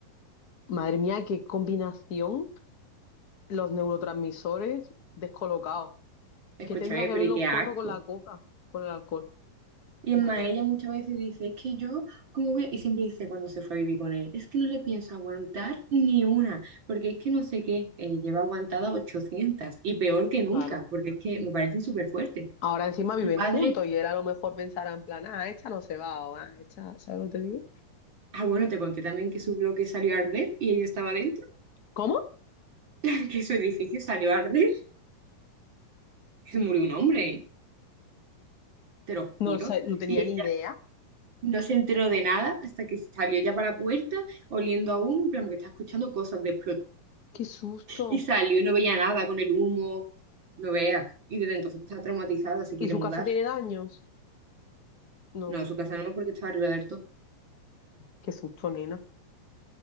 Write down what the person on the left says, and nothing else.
madre mía, qué combinación. Los neurotransmisores descolocados.
¿Qué tendrá que
ver
los
porros con la coca, con el alcohol?
No,
ya,
claro.
Ahora encima viven
juntos y él a lo mejor pensará en plan, ah, esta no se va o ah, esta, ¿sabes lo que te digo?
¿Cómo?
No, lo sa- no tenía
ni idea.
Qué susto.
¿Y su
casa tiene daños? No,
qué susto, nena.